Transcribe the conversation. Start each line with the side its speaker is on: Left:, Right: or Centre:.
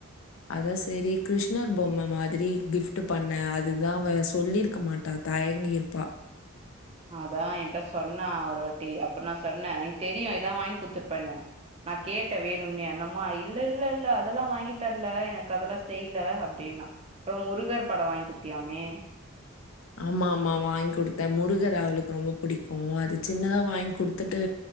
Left: அதா சேரி கிருஷ்ணர் பொம்ம மாதிரி கிஃப்ட் பண்ணே அதுக்குதா அவ சொல்லியிருக்க மாட்டா தயங்கிருப்பா
Right: அதா என்ட்ட சொன்னா ஒருவாட்டி அப்ப நா சொன்ன எனக்கு தெரியு எதா வாங்கி குத்துருப்பனு நா கேட்ட வேணும்னே அந்தம்மா இல்ல இல்ல இல்ல அதெல்லா வா ங்கி தர்ல எனக்கு அதெல்லா செய்ல அப்டினா அப்றோ முருகர் படோ வாங்கி குடுத்தியாமே
Left: ஆமாமா வாங்கி குடுத்த முருகர் அவுளுக்கு ரொம்ப புடிக்கு அது சின்னதா வாங்கி குடுத்துட்டு